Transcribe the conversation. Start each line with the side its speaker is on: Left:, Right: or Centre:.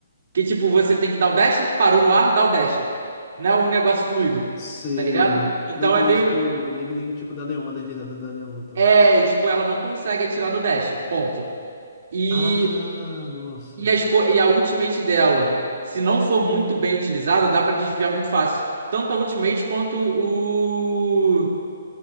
Right: Que, tipo, você tem que dar o dash, parou no ar, dá o dash. Não é um negócio fluido,
Left: sei.
Right: tá ligado? Então
Left: Não é que
Right: é
Left: nem
Right: meio.
Left: tipo. Não é que nem tipo da Neon, a deslizada da Neon, então.
Right: É, e, tipo, ela não consegue atirar no dash, ponto. E
Left: Ah, nossa.
Right: E, as co- e a ultimate dela, se não for muito bem utilizada, dá pra desviar muito fácil. Tanto a ultimate quanto o.